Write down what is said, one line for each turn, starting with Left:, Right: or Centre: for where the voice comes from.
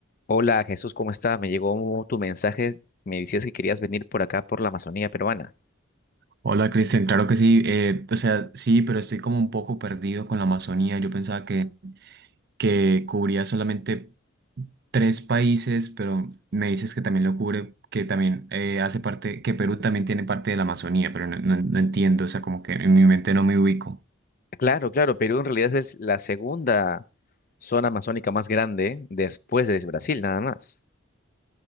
Left: Hola Jesús, ¿cómo estás? Me llegó tu mensaje, me decías que querías venir por acá, por la Amazonía peruana.
Right: Hola Cristian, claro que sí, eh, o sea, sí, pero estoy como un poco perdido con la Amazonía. Yo pensaba que, que cubría solamente tres países, pero me dices que también lo cubre, que también eh, hace parte, que Perú también tiene parte de la Amazonía, pero no, no- no entiendo, o sea, como que en mi mente no me ubico.
Left: Claro, claro, Perú en realidad es la segunda zona amazónica más grande después de Brasil, nada más.